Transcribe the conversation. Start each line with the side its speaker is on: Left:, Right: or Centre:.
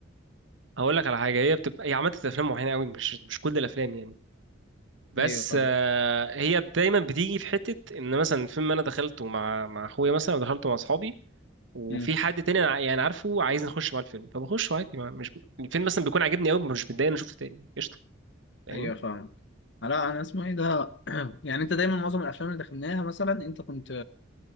Right: هقول لك على حاجة هي بتبقى هي عملت في افلام معينة قوي مش مش كل الافلام يعني بس
Left: ايوه فاهم
Right: آه، هي دايما بتيجي في حتة ان مثلا فيلم انا دخلته مع مع اخويا مثلا ودخلته مع اصحابي وفي
Left: امم
Right: حد تاني أنا ع- يعني عارفه عايز نخش مع الفيلم فبخش عادي ما- مش الفيلم مثلا بيكون عاجبني قوي مش بتضايق إن أنا شفته تاني قشطة فاهمني
Left: ايوه فاهم لا انا اسمه ايه ده <clears throat> يعني انت دايما معظم الافلام اللي دخلناها مثلا انت كنت